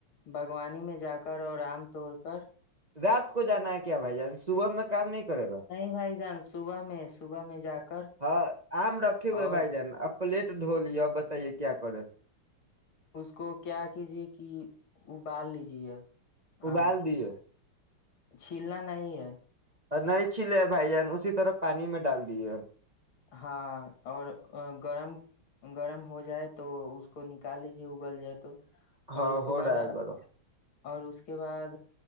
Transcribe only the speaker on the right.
رات کو جانا ہے کیا بھائی جان صبح میں کام نہیں کرے گا
ہاں آم رکھے ہوئے
بھائی جان اب پلیٹ ڈھو لیا بتائیے کیا کرے
ابال
دیے
اور نہیں چھلے بھائی جان اسی طرح پانی میں ڈال دیے
ہاں
ہو
رہا ہے گھر